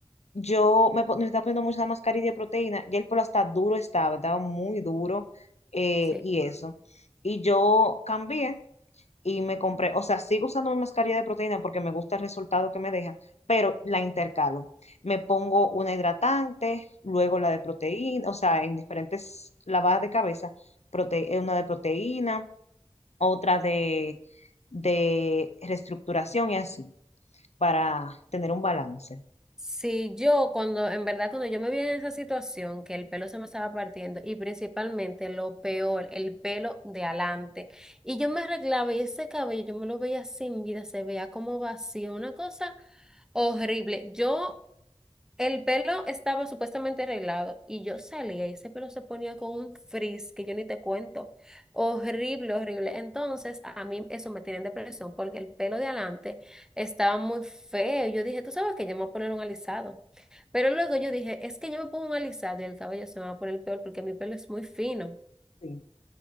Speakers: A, on the left; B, in the centre.
A: yo me, po- me estaba poniendo mucha mascarilla de proteína, ya el pelo hasta duro estaba, estaba muy duro eh,
B: Sí.
A: y eso. Y yo cambié y me compré, o sea, sigo usando mi mascarilla de proteína porque me gusta el resultado que me deja, pero la intercalo. Me pongo una hidratante, luego la de proteína, o sea, en diferentes lavadas de cabeza, prote- eh, una de proteína, otra de, de reestructuración y así, para tener un balance.
B: Sí, yo cuando, en verdad, cuando yo me vi en esa situación, que el pelo se me estaba partiendo y principalmente lo peor, el pelo de adelante, y yo me arreglaba y ese cabello yo me lo veía sin vida, se veía como vacío, una cosa horrible. Yo El pelo estaba supuestamente arreglado y yo salía y ese pelo se ponía con un frizz que yo ni te cuento. Horrible, horrible. Entonces, a mí eso me tiene en depresión porque el pelo de adelante estaba muy feo. Yo dije, tú sabes que yo me voy a poner un alisado. Pero luego yo dije, es que yo me pongo un alisado y el cabello se me va a poner peor porque mi pelo es muy fino.
A: Sí.